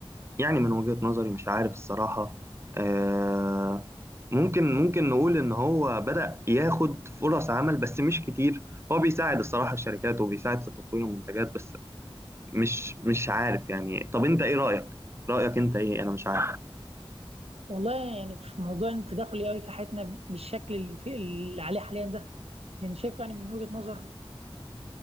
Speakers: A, on the right (about 25°); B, on the right (about 85°).
A: يعني من وجهه نظري مش عارف الصراحه آه، ممكن ممكن نقول ان هو بدأ ياخد فرص عمل بس مش كتير هو بيساعد الصراحة الشركات وبيساعد في تطوير المنتجات بس مش مش عارف يعني طب انت ايه رأيك رأيك انت ايه انا مش عارف
B: والله يعني في موضوع إن التداخل الاي في حياتنا بالشكل اللي, في اللي عليه حاليا ده يعني شايف يعني من وجهة نظر